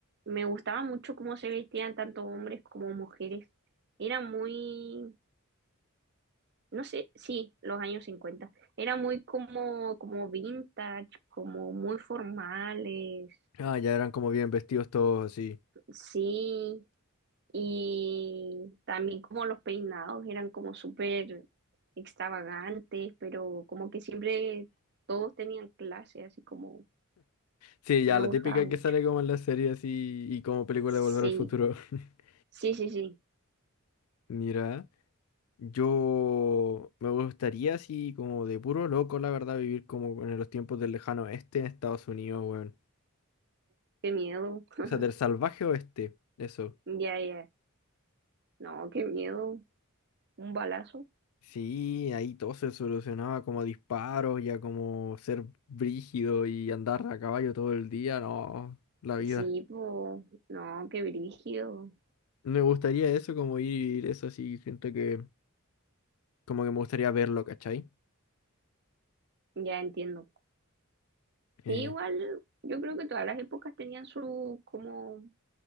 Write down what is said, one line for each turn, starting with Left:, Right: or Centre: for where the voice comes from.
Right: me gustaba mucho cómo se vestían tanto hombres como mujeres. Era muy no sé, sí, los años cincuenta Era muy como, como vintage, como muy formales,
Left: Ah, ya eran como bien vestidos todos así.
Right: sí. Y también como los peinados eran como súper extravagantes, pero como que siempre todos tenían clase, así como
Left: Sí, ya
Right: me
Left: la
Right: gustaba
Left: típica que
Right: mucho.
Left: sale como en la serie así y como película
Right: Sí,
Left: de Volver al Futuro. <laughs>
Right: sí, sí, sí,
Left: Mira, yo me gustaría así como de puro loco, la verdad, vivir como en los tiempos del lejano oeste en Estados Unidos, weón.
Right: qué miedo. <laughs>
Left: O sea, del salvaje oeste, eso.
Right: Ya, ya, no, qué miedo. Un balazo.
Left: Sí, ahí todo se solucionaba como a disparos, ya como ser brígido y andar a caballo todo el día, no, la vida.
Right: Sí, pues, no, qué brígido.
Left: Me gustaría eso, como ir, eso sí, gente que Como que me gustaría verlo, ¿cachai?
Right: Ya entiendo.
Left: Eh,
Right: Sí, igual yo creo que todas las épocas tenían su como